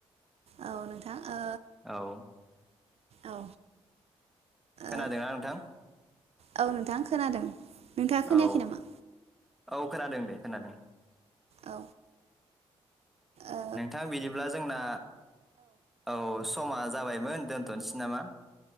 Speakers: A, on the right; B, in the centre.
A: औ नोंथां ओ
B: औ
A: औ
B: खोनादोंना
A: ओ
B: नोंथां?
A: औ नोंथां खोनादों। नोंथाङा खोनायाखै
B: औ
A: नामा?
B: औ खोनादों दे खोनादों
A: औ ओ
B: नोंथां बिदिब्ला जोंना औ समा जाबायमोन दोनथ'नसै नामा